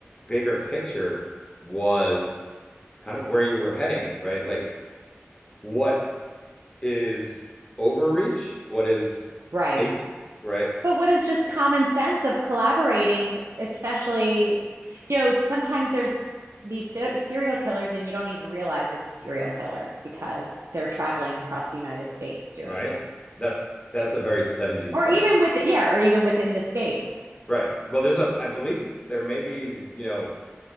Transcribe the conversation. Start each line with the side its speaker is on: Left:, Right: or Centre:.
Left: bigger picture was kind of where you were heading, right? Like what is overreach? What is
Right: right
Left: safety? Right,
Right: but what is just common sense of collaborating especially you know sometimes there's these ser- serial killers and you don't even realize it's a serial killer because they're traveling across the united states doing
Left: right.
Right: it
Left: That that's a very 70s
Right: or
Left: style.
Right: even with yeah, or even within the state.
Left: Right. Well, there's a, I believe there may be, you know,